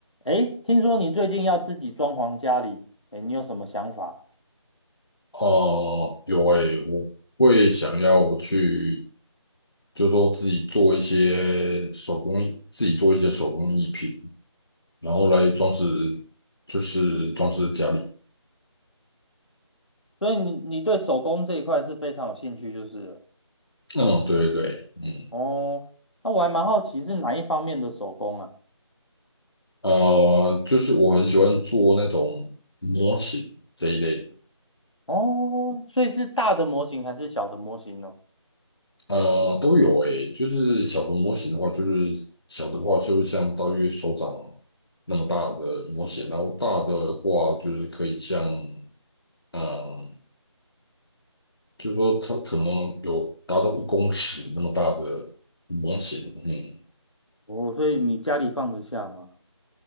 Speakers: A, on the left (about 75°); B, on the left (about 55°).
A: 诶，听说你最近要自己装潢家里，诶，你有什么想法？
B: 哦，有诶，我会想要去，就是说自己做一些手工自己做一些手工艺品，然后来装饰，就是装饰家里。
A: 所以你你对手工这一块是非常有兴趣，就是了
B: 嗯，对对对，嗯，
A: 哦。那我还蛮好奇是哪一方面的手工啊？
B: 呃，就是我很喜欢做那种模型这一类的，
A: 哦，所以是大的模型还是小的模型呢？
B: 呃，都有诶，就是小的模型的话，就是小的话就像大约手掌那么大的模型，然后大的话就是可以像。嗯，就是说它可能有达到一公尺那么大的模型，嗯，
A: 哦，所以你家里放得下吗？